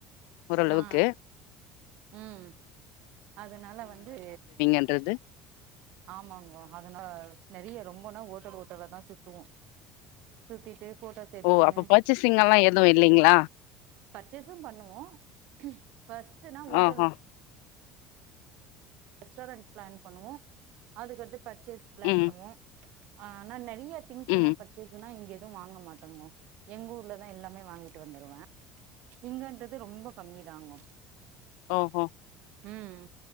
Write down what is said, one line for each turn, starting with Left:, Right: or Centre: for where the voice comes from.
Left: ஓரளவுக்கு
Right: ஆ ம் அதனால வந்து
Left: என்றது
Right: ஆமாங்கோ அதுனா நெறைய ரொம்பனா ஓட்டல் ஓட்டலா தான் சுத்துவோம் சுத்திட்டு போட்டோஸ் எடுத்துக்குன்னு
Left: ஓ அப்ப பர்ச்சேசிங் எல்லாம் எதுவும் இல்லைங்களா
Right: பர்ச்சேஸும் பண்ணுவோம் ஃபஸ்ட்னா ஓட்டல்
Left: ஆஹா
Right: ரெஸ்ட்டாரண்ட் பிளான் பண்ணுவோம் அதுக்கடுத்து பர்சஸ் பிளான்
Left: ம்
Right: பண்ணுவோம் ஆனா நெறைய திங்ஸ்
Left: ம்
Right: எல்லாம் ப ர்சேஸ்னா இங்க எதுவும் வாங்க மாட்டோங்கோ எங்க ஊர்லதா எல்லாமே வாங்கிட்டு வந்துருவேன் இங்கன்றது ரொம்ப கம்மிதாங்கோ
Left: ஓஹோ
Right: ம்